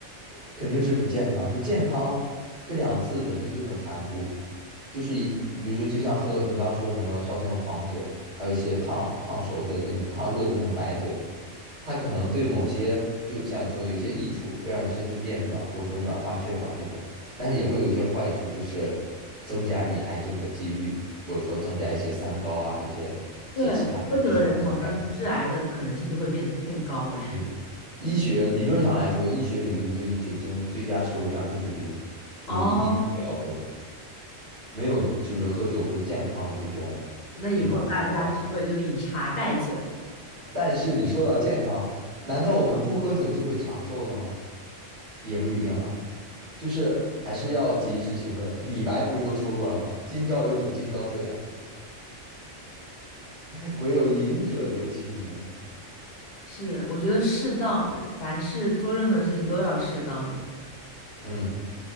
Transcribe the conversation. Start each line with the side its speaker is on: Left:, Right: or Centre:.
Right: 肯定是不健康。就健康这两字本身就很含糊，就是一，比如说，就像喝你刚刚说什么绍兴的黄酒，还有一些烫烫熟的那种烫热的那种白酒，它可能对某些，就像你说，有些益处会让你身子变暖，或者说软化血管这种，但是也会有一些坏处，就是增加你癌症的几率，或者说增加一些三高啊，一些一些其他有基础病的概率。
Left: 对，喝酒的人好像致癌的可能性都会变变高哎。
Right: 对，医学理论上来说，医学领域对于酒精最佳摄入量就是零，就是你一滴酒不要喝，
Left: 哦
Right: 没有就是喝酒会健康的这种
Left: <laughs>，那以后大家聚会就以茶代酒。
Right: 这种说法。但是你说到健康，难道我们不喝酒就会长寿了吗？也不一定吧，就是还是要及时行乐的。李白不是都说过了吗？今朝有酒今朝醉啊，<laughs> 唯有饮者留其名。
Left: 是，我觉得适当，凡事做任何事情都要适当，
Right: 嗯。